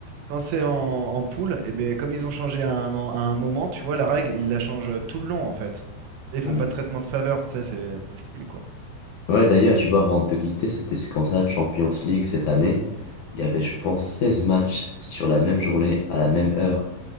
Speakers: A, on the right; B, on the left.
A: quand c'est en, en poule, et bien, comme ils ont changé à un, en- à un moment, tu vois, la règle, ils la changent euh, tout le long, en fait. Tu sais, Ils font
B: Hmm.
A: pas de traitement de faveur, tu sais, c'est c'est le style, quoi.
B: Ouais, d'ailleurs, je vois avant de te quitter, c'était c'est comme ça la Champions League cette année. Il y avait, je pense, 16 matchs sur la même journée, à la même heure.